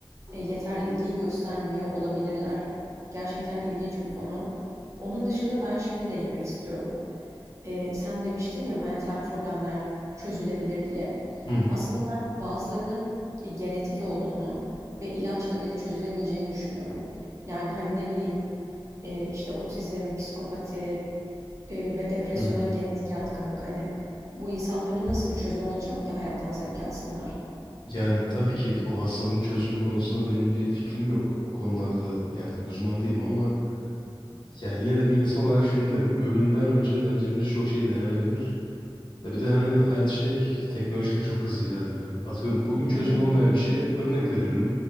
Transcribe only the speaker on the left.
Hı hı.
Hı hı.
Yani tabii ki o hastalığın çözümü konusunda benim bir fikrim yok. O konularda yani uzman değilim ama ya yine de bir insan olarak şunu derim. Ölümden önce bence birçok şey denenebilir. Ve bir de hani hayat şey teknoloji de çok hızlı ilerliyor. Atıyorum bugün çözüm
olmayan bir şeye örnek veriyorum.